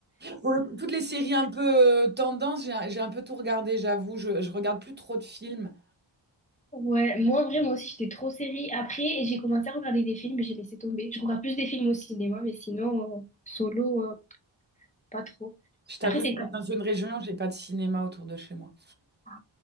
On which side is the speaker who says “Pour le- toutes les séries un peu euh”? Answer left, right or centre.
Right